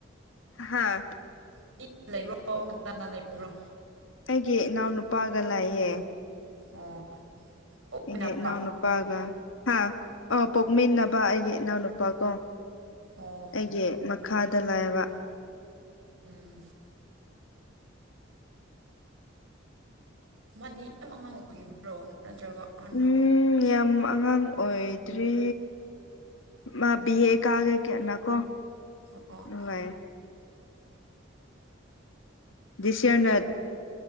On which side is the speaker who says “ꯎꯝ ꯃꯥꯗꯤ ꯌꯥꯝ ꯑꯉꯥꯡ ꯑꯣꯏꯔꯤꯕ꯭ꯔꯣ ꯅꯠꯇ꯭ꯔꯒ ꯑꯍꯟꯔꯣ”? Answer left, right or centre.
Right